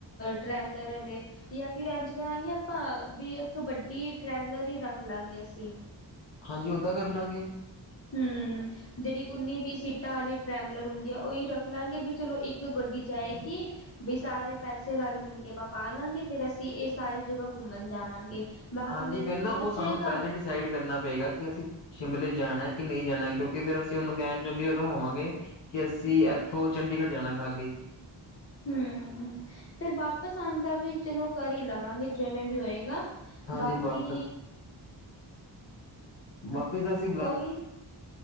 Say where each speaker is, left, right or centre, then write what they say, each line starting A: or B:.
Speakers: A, on the left (about 30°); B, on the left (about 75°).
A: ਟਰੈਵਲਰ ਆਲੇ। ਜਾਂ ਫਿਰ ਇੰਝ ਕਰਾਂਗੇ ਆਪਾਂ ਵੀ ਇੱਕ ਵੱਡਾ ਟ੍ਰੈਵਲਰ ਹੀ ਰੱਖ ਲਾ ਅਸੀਂ।
B: ਹਾਂਜੀ ਉੱਦਾਂ ਕਰ ਲਾਗੇ।
A: ਹੁੰ, ਜਿਹੜੀ ਉੱਨੀ-ਵੀਹ ਸੀਟਾਂ ਵਾਲੀ ਟਰੈਵਲਰ ਹੁੰਦੀ ਆ, ਉਹੀ ਰੱਖ ਲਾਗੇ ਚਲੋ, ਇੱਕੋ ਗੱਡੀ ਜਾਏਗੀ ਤੇ ਸਾਰੇ ਇਕੱਠੇ ਸਫ਼ਰ ਕਰਾਂਗੇ। ਵੀ ਸਾਰੇ ਪੈਸੇ ਰਲ-ਮਿਲ ਕੇ ਪਾ ਲਵਾਂਗੇ, ਆਰਾਮ ਨਾਲ ਇਹ ਸਾਰੀਆਂ ਥਾਵਾਂ ਘੁੰਮਣ ਜਾਵਾਂਗੇ। ਬਾਕੀ
B: ਹਾਂ ਜੀ,
A: ਮੈਨੂੰ
B: ਫਿਰ
A: ਕੋਈ
B: ਨਾ
A: ਪੁੱਛੇਗਾ
B: ਸਾਨੂੰ ਪਹਿਲਾਂ ਇਹ ਡਿਸਾਈਡ ਕਰਨਾ ਪਏਗਾ ਕਿ ਅਸੀਂ ਕਿੱਥੇ-ਕਿੱਥੇ ਜਾਣਾ ਹੈ। ਸ਼ਿਮਲੇ ਜਾਣਾ ਹੈ ਜਾਂ ਨਹੀਂ, ਇਹ ਪਹਿਲਾਂ ਹੀ ਡਿਸਾਈਡ ਕਰਨਾ ਪਏਗਾ, ਫਿਰ ਅਸੀਂ ਉਹਨੂੰ ਵੀ ਦੱਸ ਦੇਵਾਂਗੇ, ਤਾਂ ਉਹ ਵੀ ਉਸੇ ਹਿਸਾਬ ਨਾਲ ਪ੍ਰਬੰਧ ਕਰ ਲਵੇਗਾ। ਕੀ ਅਸੀਂ ਇੱਥੋਂ ਸਿਰਫ਼ ਚੰਡੀਗੜ੍ਹ ਹੀ ਜਾਣਾ ਹੈ?
A: ਹਾਂ ਜੀ, ਫਿਰ ਵਾਪਸ ਆਉਣਾ ਵੀ ਕਰ ਹੀ ਲਵਾਂਗੇ, ਜਿਵੇਂ ਵੀ ਹੋਵੇਗਾ,
B: ਹਾਂਜੀ
A: ਬਾਕੀ,
B: ਵਾਪਸ ਵਾਪਿਸ ਅਸੀ
A: ਕੋਈ,